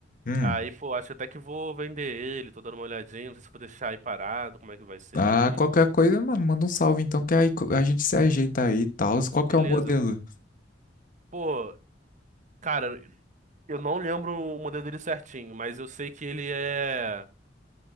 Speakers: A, on the left; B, on the right.
A: Hum.
B: aí, pô, acho até que vou vender ele, tô dando uma olhadinha, não sei se vou deixar aí parado, como é que vai ser
A: Ah,
B: direito.
A: qualquer coisa, mano, manda um salve então, que aí co- a gente se ajeita aí e tal. Qual que
B: Beleza.
A: é o modelo?
B: Pô, cara, eu não lembro o modelo dele certinho, mas eu sei que ele é.